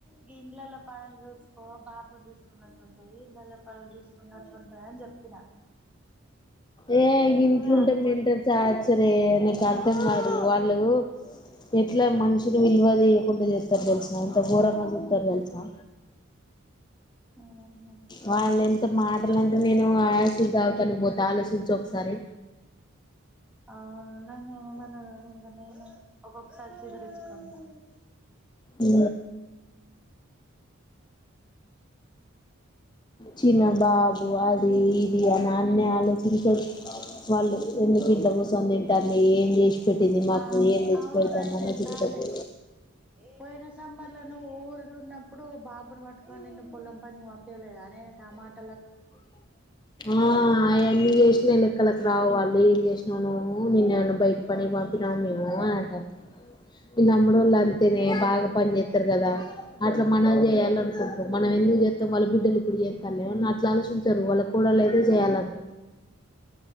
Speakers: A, in the centre; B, on the left.
A: గి ఇండ్ల పనులు చూసుకో బాబు ను చూసుకో చూసుకున్నట్టుంటది ఇండ్ల పనులు చూసుకున్నట్టు ఉంటది అని చెప్పిన
B: ఏ ఇగ
A: నువ్వే
B: ఇంట్లో ఉంటే
A: ఆగపోతివి
B: మెంటల్ టార్చర్ రే నీకు అర్థం కాదు వాళ్ళు ఎట్లా మనిషిని విలువదయకుండా చేస్తారు తెలుసా ఎంత గోరంగా చూస్తారు తెలుసా
A: ఉహు
B: వాళ్లు ఎం ఉత్త మాటలంటే నేను ఆసిడ్ తాగుతానికి పోతే ఆలోచించి ఒకసారి
A: అవును నన్ను ఏమన్నారు కానీ ఇంకా నేనే ఒక్కొక్కసారి చిదిరించుకుంటా
B: ఊ చిన్న బాబు అది అది ఇది అని అన్ని ఆలోచించే వాళ్ళ ఎన్ని ఎందుకు ఇంట్ల కూసు కూసోని తింటోంది ఏం చేసి పెట్టింది మాకు
A: ఆ
B: ఏం తెచ్చి
A: అవును
B: పెడతాందాని
A: రైటే కాదే
B: చెప్ప
A: పోయిన సమ్మర్ నువ్వు ఊర్లు ఉన్నప్పుడు బాబుని పట్టుకని నిన్ను పొలం పనికి పంపియలేదని అనేే టమాట
B: ఆ ఆయన్ని చేసినవి లెక్కలకు రావు వాళ్లు ఏం చేసినా మీ నాన్న బయటికి పని కి పంపిన మా మేము అని అంటుంది ఈ లంబడోళ్లు అంతేనే బాగా పని చేస్తారు కదా అట్లా మనం చేయాలి అనుకుంటారు మనం ఎందుకు చేస్తాం వాళ్ల బిడ్డలు ఇప్పుడు చేస్తా లేమన్నా ఆ ఆలోచించారు వాళ్ళ కూడాళ్ళ అయితే చేయాలంట